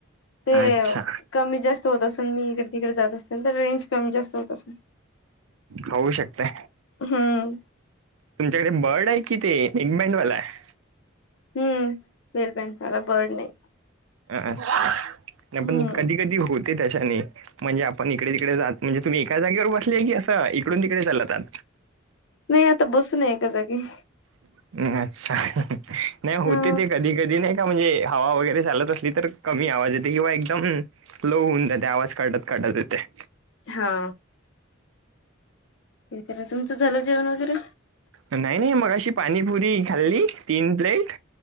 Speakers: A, on the left (about 65°); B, on the right (about 75°).
A: ते.
B: अच्छा
A: कमी जास्त होत असेल, मी इकडे-तिकडे जात असेन तर रेंज कमी जास्त होत अस.
B: होऊ शकतय
A: हम्म.
B: तुमच्याकडे बर्ड आहे कि, ते, एगमँडवाला आहे.
A: हम्म वेलबन मला बर्ड नाही.
B: अच्छा पण
A: हम्म
B: कधी-कधी होते त्याच्याने. म्हणजे आपण इकडे-तिकडे जात, म्हणजे तुम्ही एका जागेवर बसलीय की असं, इकडून तिकडे चालतात.
A: नाही आता बसूनये एका जागी.
B: ् अच्छा नाही, होते
A: हा
B: ते कधी-कधी नाही. का म्हणजे, हवा वगैरे चालत असली तर कमी आवाज येते किंवा एकदम. लो होऊन जातो, आवाज काढत-काढत येतोय.
A: हा. ते तर तुमचं झालं जेवण वगैरे.
B: नाही-नाही मगाआशी पाणीपुरी खाल्ली तीन प्लेट